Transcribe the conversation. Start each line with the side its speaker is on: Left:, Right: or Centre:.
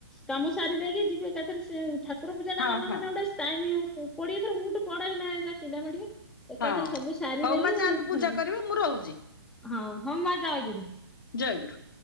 Centre: କାମ ସାରି ଦେଇକି ଯିବେ ଏକାଥରେ ସେ ଠାକୁର ପୂଜା
Left: ହଁ
Centre: ଟା କଲା
Left: ହଁ
Centre: ମାନେ ଗୋଟେ ଟାଇମ କୋଡିଏ ଥର ଉଠୁ ପଡ଼ ହେଲେ ଚିଡ଼ା ମାଡ଼ିବନି। ଏକାଥରେ
Left: ହଁ।
Centre: ସବୁ ସାରି
Left: ହଉ
Centre: ଦେଇକି
Left: ମା ଯାଆନ୍ତୁ ପୂଜା
Centre: ହୁଁ
Left: କରିବେ ମୁଁ ରହୁଛି
Centre: ହଁ ମା ଜୟଗୁରୁ।
Left: ଜୟଗୁରୁ।